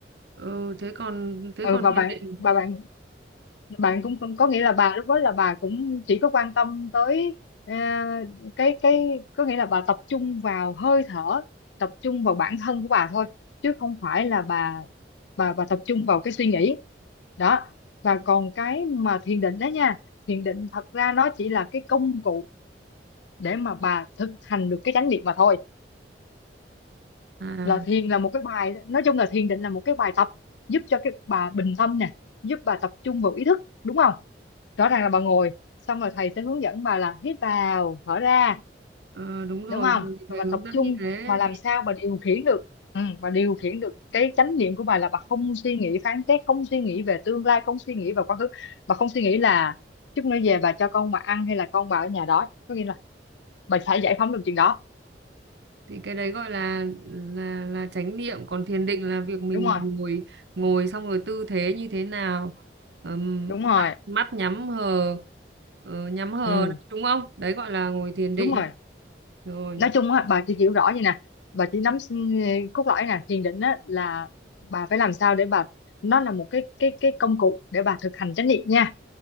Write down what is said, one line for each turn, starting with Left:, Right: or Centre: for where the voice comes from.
Right: Ừ, thế còn thế
Left: ừ,
Right: còn
Left: và
Right: thiền
Left: bạn
Right: định
Left: và bạn bạn cũng cũng có nghĩa là bà lúc đó là bà cũng chỉ có quan tâm tới ờ, cái cái có nghĩa là bà tập trung vào hơi thở tập trung vào bản thân của bà thôi chứ không phải là bà bà bà tập trung vào cái suy nghĩ đó và còn cái mà thiền định đó nha thiền định thật ra nó chỉ là cái công cụ để mà bà thực hành được cái chánh niệm mà thôi
Right: à
Left: là thiền là một cái bài nói chung là thiền định là một cái bài tập giúp cho cái bà bình tâm nè giúp bà tập trung vào ý thức đúng không rõ ràng là bà ngồi xong rồi thầy sẽ hướng dẫn bà là hít vào thở ra
Right: ờ, đúng rồi
Left: đúng không
Right: thầy, thầy
Left: và bà
Right: hướng
Left: tập
Right: dẫn
Left: trung
Right: như thế
Left: mà làm sao bà điều khiển được ừ, bà điều khiển được cái chánh niệm của bà là bà không suy nghĩ phán xét không suy nghĩ về tương lai không suy nghĩ về quá khứ bà không suy nghĩ là chút nữa về bà cho con bà ăn hay là con bà ở nhà đó có nghĩa là bà phải giải phóng được chuyện đó
Right: thì cái đấy gọi là là là chánh niệm còn thiền định là việc mình
Left: đúng rồi
Right: ngồi ngồi xong rồi tư thế như thế nào ừm,
Left: đúng rồi
Right: mắt mắt nhắm hờ ờ, nhắm hờ
Left: ừ
Right: đấy, đúng không đấy gọi là ngồi thiền định
Left: đúng rồi
Right: rồi
Left: nói chung á bà chỉ hiểu rõ vậy nè bà chỉ nắm s- cốt lõi nè thiền định á là bà phải làm sao để bà nó là một cái cái cái công cụ để bà thực hành chánh niệm nha